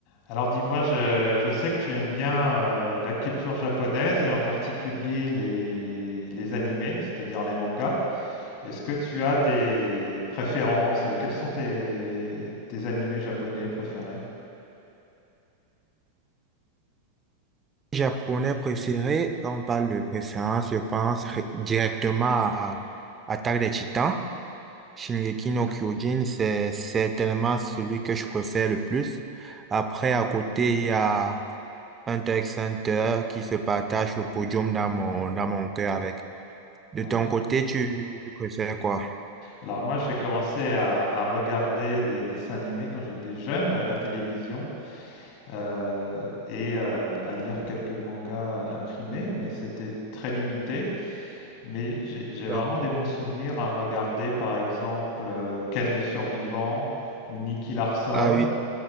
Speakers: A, on the left (about 40°); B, on the right (about 20°).
A: Alors dis-moi, je, je sais que tu aimes bien euh, la culture japonaise et en particulier les, les animés, c'est-à-dire les mangas. Est-ce que tu as des préférences? Quels sont tes, tes animés japonais préférés?
B: Japonais préféré, quand on parle de préférence, je pense ré- directement à Attaque des Titans. Shingeki no Kyojin, c'est certainement celui que je préfère le plus. Après, à côté, il y a Hunter x Hunter qui se partage le podium dans mon, dans mon cœur avec. De
A: Ouais.
B: ton côté, tu, tu préfères quoi?
A: Alors moi, j'ai commencé à, à regarder des, dessins animés quand j'étais jeune à la télévision euh, et euh, à lire quelques mangas imprimés, mais c'était très limité. Mais j'ai j'ai vraiment
B: Ça va.
A: des bons souvenirs à regarder, par exemple, euh, Ken le Survivant ou Nicky Larson.
B: Ah oui.